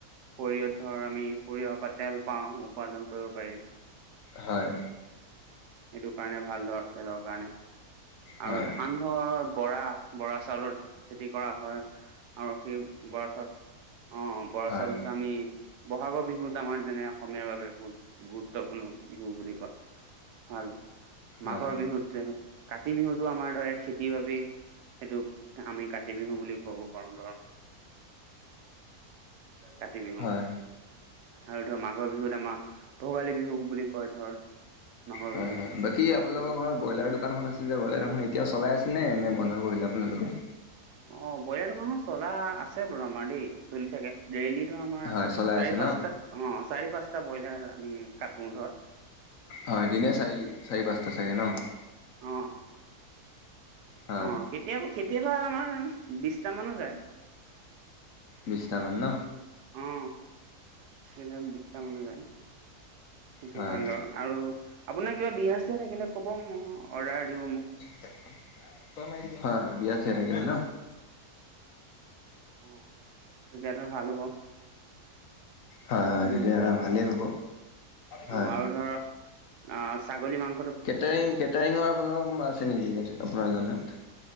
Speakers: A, on the right; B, on the left.
A: সৰিয়হত ধৰ আমি সৰিয়হৰ পৰা তেল পাওঁ উপাৰ্জন কৰিব পাৰি
B: হয়।
A: সেইটো কাৰণে ভাল ধৰ তেলৰ কাৰণে
B: হয়
A: আৰু ধান ধৰ বৰা বৰা চাউলৰ খেতি কৰা হয়। আৰু সেই বৰা চাউল অ', বৰা
B: হয়
A: চাউল আমি ব'হাগৰ বিহুত আমাৰ যেনে অসমীয়াৰ বাবে কত গুৰুত্বপূৰ্ণ বিহু বুলি কয়, ভাল
B: হয়
A: মাঘৰ বিহুত যে কাতি বিহুতো আমাৰ ধৰা খেতিৰ বাবেই সেইটোক আমি কাতি বিহু বুলি ক'ব পাৰো ধৰ। কাতি বিহু
B: হয়
A: আৰু ধৰ মাঘৰ বিহুত আমাৰ ভোগালী বিহু বুলি কয় ধৰ মাঘৰ
B: হয়
A: বিহুত
B: হয়
A: সেইটো
B: বাকী আপোনালোকৰ ঘৰত ব্ৰইলাৰ দোকানখন আছিল যে ব্ৰইলাৰ দখন এতিয়াও চলাই আছেনে নে বন্ধ কৰিলে আপোনালোকে?
A: অ', বইলাৰ দোকানখন চলা আছে বাৰু আমাৰ দেই চলি থাকে। ডেইলি ধৰ আমাৰ
B: হয় চলাই
A: চাৰি
B: আছে
A: পাঁচটা
B: ন
A: অ', চাৰি পাঁচটা ব্ৰইলাৰ আমি কাটো ধৰ।
B: হয়, দিনে চাৰি চাৰি পাঁচটা চাগে ন?
A: অ',
B: হয়
A: অ' কেতিয়াবা কেতিয়াবা আমাৰ বিছটা মানো যায়।
B: <inaudible> বিছটামান ন?
A: উম দিনে বিছটা মান যায়। সেইটো
B: হয়
A: ভালৰ
B: হয়
A: আৰু আপোনাৰ কিবা বিয়া আছে থাকিলে ক'ব ম অৰ্ডাৰ দিব মোক।
B: হয় হয় বিয়া চিয়া থাকিলে ন? <inaudible>
A: অ অ তেতিয়া ধৰ ভাল হ'ব
B: হয়
A: আপুনি
B: হয় তেতিয়া
A: মোক ক'ব
B: ভালেই হ'ব। হয়
A: অ', আৰু ধৰ অ', ছাগলী মাংস
B: কেটাৰিং কেটাৰিঙৰ আপোনালোকৰ কোনোবা আছে নেকি আপোনাৰ জনাত?